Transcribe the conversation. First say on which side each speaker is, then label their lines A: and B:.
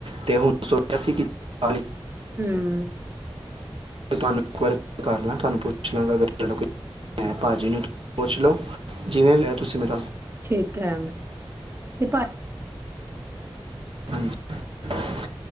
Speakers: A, on the right (about 70°); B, on the right (about 25°).
A: ਤੇਹ ਉੱਨੀ ਸੌ ਬਰਾਸੀ ਦੀਾਲ <unintelligible>
B: ਹਮ
A: ਤੁਹਾਨੂੰ ਵਾਰ ਕਰ ਲਾਂ ਤੁਹਾਨੂੰ ਪੁੱਛ ਲਾਂ ਅਗ ਤੁ ਭਾਜੀ ਨੂੰ ਪੁੱਛ ਲੋ ਜਿਵੇਂ ਤੁਸੀਂ ਮ
B: ਠੀਕ ਹੈ ਤੇ ਭ
A: ਹਾਂਜੀ